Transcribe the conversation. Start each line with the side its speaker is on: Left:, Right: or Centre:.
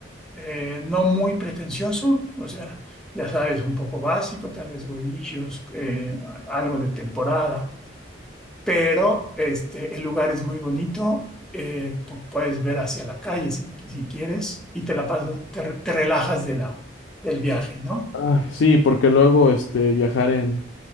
Centre: eh, no muy pretencioso, o sea, ya sabes, un poco básico, tal vez huevillos, eh, a- algo de temporada, pero este, el lugar es muy bonito. eh, pu- puedes ver hacia la calle si, si quieres y te la pasas, te, re- te relajas de la, del viaje, ¿no?
Left: Ay, sí, porque luego este, viajar en,